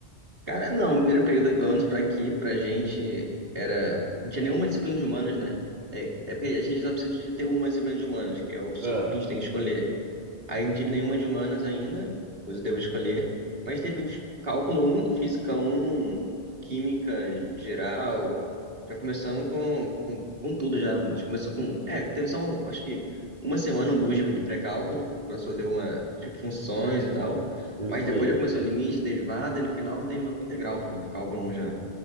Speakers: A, on the right (about 60°); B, on the right (about 40°).
A: Cara, não, o primeiro período, pelo menos pra aqui, pra gente, era. Não tinha nenhuma disciplina de humanas, né? É, é porque a gente só precisa de ter uma disciplina de humanas, que é a opção
B: Ah,
A: que a gente tem que escolher. Aí não tive nenhuma de humanas ainda, pois eu devo escolher. Mas teve os cálculo um, física um, química geral. Já começamos com, com, com tudo já. A gente começou com. É, teve só, um- acho que uma semana ou duas de de pré-cálculo. que O professor deu uma, tipo, funções e tal.
B: eu
A: Mas
B: sei.
A: depois já começou limite, derivada, e no final terminou com integral, pelo cálculo um já.